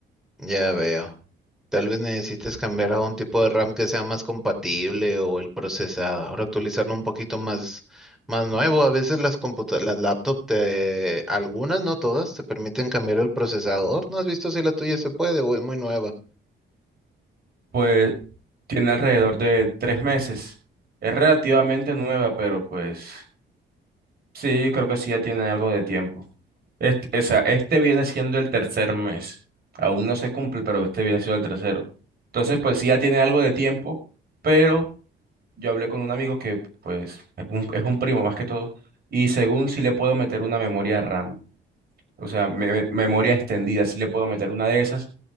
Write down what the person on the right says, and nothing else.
Pues tiene alrededor de tres meses. Es relativamente nueva, pero pues sí, creo que sí ya tiene algo de tiempo. Este, o sea, este viene siendo el tercer mes. Aún no se cumple, pero este viene siendo el tercero. Entonces, pues sí ya tiene algo de tiempo, pero yo hablé con un amigo que pues es un, es un primo más que todo, y según si le puedo meter una memoria RAM, o sea, me- me- memoria extendida, si le puedo meter una de esas,